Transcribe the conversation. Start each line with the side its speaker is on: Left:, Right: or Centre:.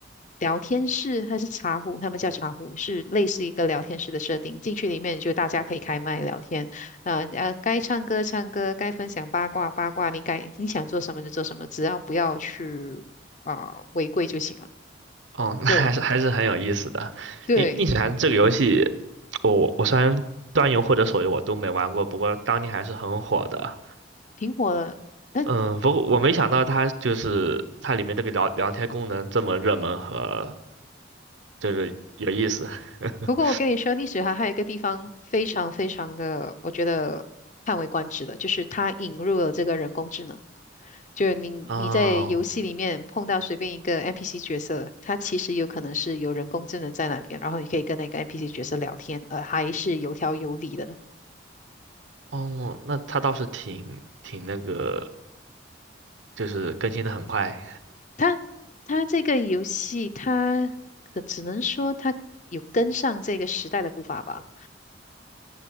Left: 聊天室还是茶壶，他们叫茶壶，是类似一个聊天室的设定。进去里面就大家可以开麦聊天，那呃呃该唱歌唱歌，该分享八卦八卦，你该你想做什么就做什么，只要不要去啊、呃违规就行了。
Right: 哦，那还是还是很有意思的。
Left: 对对，
Right: 逆逆水寒这个游戏，我我虽然端游或者手游我都没玩过，不过当年还是很火的。
Left: 挺火的。它
Right: 嗯，不过我没想到它就是它里面这个聊聊天功能这么热门和就是有意思。<laughs>
Left: 不过我跟你说，历史还还有一个地方非常非常的，我觉得叹为观止的，就是它引入了这个人工智能。就是你你在游戏里面碰到随便一个
Right: 哦
Left: NPC 角色，它其实有可能是有人工智能在那边，然后你可以跟那个 NPC 角色聊天，呃，还是有条有理的。
Right: 哦，那它倒是挺挺那个，就是更新的很快。
Left: 它它这个游戏，它可只能说它有跟上这个时代的步伐吧。